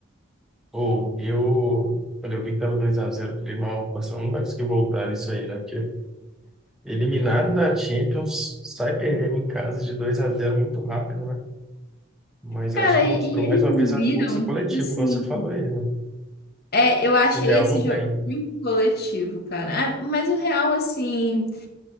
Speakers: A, in the centre; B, on the left.
A: Ou eu, quando eu vi que tava dois a zero eu falei, não, o Barcelona não vai conseguir voltar nisso aí, né? Porque eliminado da Champions, sai perdendo em casa de dois a zero muito rápido, né? Mas
B: Cara,
A: eu acho que
B: e,
A: mostrou
B: e eles
A: mais uma vez a
B: viram,
A: força coletiva,
B: tipo assim.
A: igual você falou aí, né?
B: É, eu achei
A: Que o Real
B: esse
A: não
B: jogo
A: tem.
B: muito coletivo, cara. Ah, mas o real, assim.